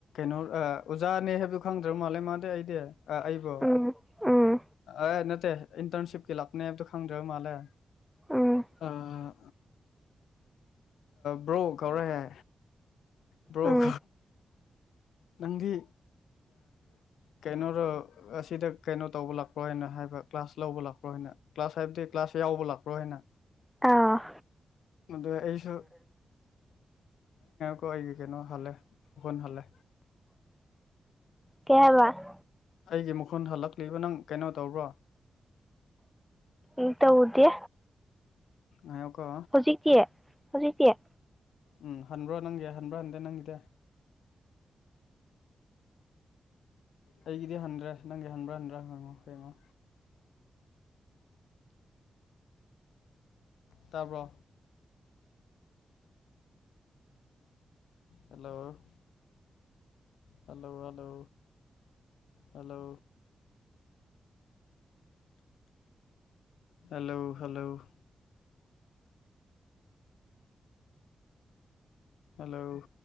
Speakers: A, on the left (about 80°); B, in the centre.
A: ꯑꯣꯖꯥꯅꯦ ꯍꯥꯏꯕꯗꯨꯣ ꯈꯪꯗ꯭ꯔꯕ ꯃꯥꯜꯂꯦ ꯃꯥꯗ ꯑꯩꯗꯤ ꯑꯩꯕꯣ
B: ꯎꯝ ꯎꯝ
A: ꯑꯦ ꯅꯠꯇꯦ ꯏꯟꯇꯔꯟꯁꯤꯞꯀꯤ ꯂꯥꯛꯅꯦ ꯍꯥꯏꯕꯗꯣ ꯈꯪꯗ꯭ꯔꯕ ꯃꯥꯜꯂꯦ
B: ꯎꯝ
A: ꯑꯥ ꯕ꯭ꯔꯣ ꯀꯧꯔꯦꯍ ꯕ꯭ꯔꯣ
B: ꯎꯝ
A: ꯅꯪꯗꯤ ꯀꯩꯅꯣꯣꯔꯣ ꯑꯁꯤꯗ ꯀꯩꯅꯣ ꯇꯧꯕ ꯂꯥꯛꯄ꯭ꯔꯣ ꯍꯥꯏꯅ ꯍꯥꯏꯕ ꯀ꯭ꯂꯥꯁ ꯂꯧꯕ ꯂꯥꯛꯄ꯭ꯔꯣꯅ ꯀ꯭ꯂꯥꯁ ꯐꯥꯏꯕꯇ ꯀ꯭ꯂꯥꯁ ꯌꯥꯎꯕ ꯂꯥꯛꯄ꯭ꯔꯣ ꯍꯥꯏꯅ
B: ꯑꯥ
A: ꯑ ꯑꯩꯁꯨ ꯀꯒ ꯀꯅꯣ ꯍꯜꯦ ꯍꯣꯟ ꯍꯂꯦ
B: ꯀꯌꯥ ꯍꯥꯏꯔꯕ
A: ꯑꯩꯒꯤ ꯃꯈꯨꯟ ꯍꯜꯂꯛꯂꯤꯕ ꯅꯪ ꯀꯩꯅꯣ ꯇꯧꯕ꯭ꯔꯣ
B: ꯏ ꯇꯧꯗꯦ
A: ꯑꯣꯀ
B: ꯍꯧꯖꯤꯛꯇꯤ ꯍꯧꯖꯤꯛꯇꯤ
A: ꯎꯝ ꯍꯟꯕ꯭ꯔꯣ ꯅꯪꯦ ꯍꯟꯕ꯭ꯔꯣ ꯍꯟꯗꯦ ꯅꯪꯒꯤꯗꯤ ꯑꯩꯒꯤꯗꯤ ꯍꯟꯗ꯭ꯔꯦ ꯅꯪꯒꯤ ꯍꯟ꯭ꯔ ꯍꯟ꯭ꯔꯥ ꯍꯉꯣ ꯍꯡꯉꯣ ꯇꯥꯕ꯭ꯔꯣ hello hello hello hello hello hello hello